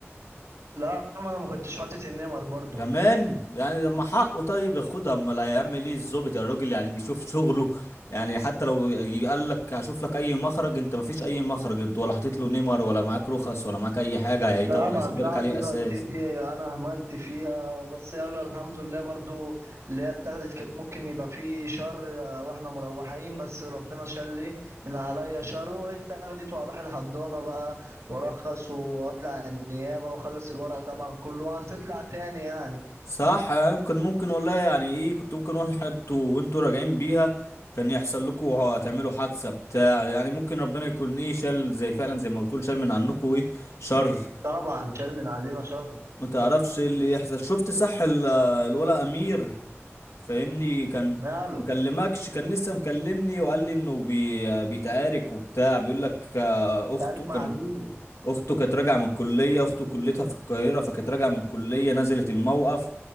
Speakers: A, on the right (about 85°); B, on the left (about 75°).
A: لا ما انا ما كنتش حاطط النمر برضه
B: كمان يعني لما حقه طيب ياخدها امال هيعمل ايه الظابط الراجل يعني بيشوف شغله يعني حتى لو يقال لك هشوف لك اي مخرج انت مفيش اي مخرج انت ولا حاطط له نمر ولا معاك رخص ولا معاك اي حاجه هيطلع
A: طبعا
B: يسيب
A: ساعة
B: لك عليه
A: دي
B: اساس
A: غلطتي انا هملت فيها بس يلا الحمد لله برضو اللي هي اتاخدت كانت ممكن يبقى في شر آه، واحنا مروحين بس ربنا شلي من عليا شر واتاخدت وهروح الحضانة بقى وارخص واطلع النيابة واخلص الورق طبعا كله وهتطلع تاني يعني
B: صح يعني ممكن ممكن والله يعني ايه كنت ممكن واحد انتوا وانتوا راجعين بيها كان يحصل لكم هتعملوا حادثه بتاع يعني ممكن ربنا يكون ايه شال زي فعلا زي ما بتقول شال من عنكم ايه شر
A: طبعا شال من علينا شر
B: ما تعرفش إيه اللي يحصل شفت صح ال- الولا امير فاهمني كان
A: ماله
B: مكلمكش كان لسه مكلمني وقال لي انه بي... بيتعارك وبتاع بيقول لك آه، اخته
A: تعارك
B: كانت
A: مع مين
B: اخته كانت راجعه من الكليه اخته كليتها في القاهره فكانت راجعه من الكليه نزلت الموقف